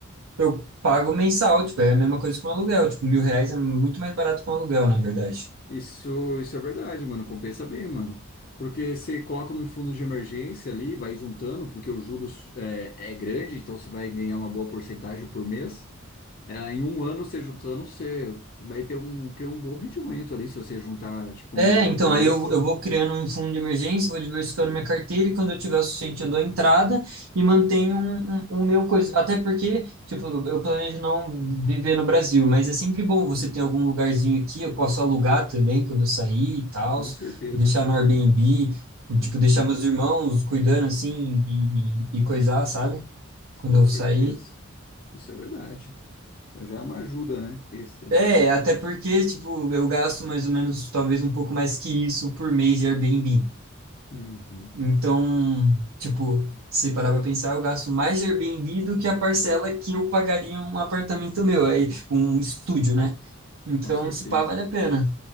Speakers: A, on the right (about 75°); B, on the left (about 45°).
A: Eu pago mensal, tipo, é a mesma coisa que um aluguel. Tipo, mil reais é muito mais barato que um aluguel, na verdade.
B: Isso, isso é verdade, mano. Compensa bem, mano. Porque você coloca num fundo de emergência ali, vai juntando, porque o juros é, é grande, então você vai ganhar uma boa porcentagem por mês. É, em um ano, você juntando, você vai ter um, ter um bom rendimento ali, se você juntar, tipo,
A: É,
B: um milão
A: então,
B: por mês.
A: aí eu, eu vou criando um fundo de emergência, vou diversificando minha carteira e quando eu tiver o suficiente eu dou entrada e mantenho um, um- o meu coisa. Até porque, tipo, eu planejo não viver no Brasil, mas é sempre bom você ter algum lugarzinho aqui, eu posso alugar também quando eu sair e tal,
B: Com certeza.
A: deixar no Airbnb,
B: Uhum.
A: tipo, deixar meus irmãos cuidando assim e, e, e coisar, sabe? Quando
B: Com
A: eu
B: certeza.
A: sair.
B: Isso é verdade. Já é uma ajuda, né? Extra.
A: É, até porque, tipo, eu gasto mais ou menos, talvez um pouco mais que isso por mês de Airbnb.
B: Uhum.
A: Então, tipo, se parar pra pensar, eu gasto mais de Airbnb do que a parcela que eu pagaria um apartamento meu, aí, um estúdio, né? Então,
B: Com certeza.
A: se pá, vale a pena.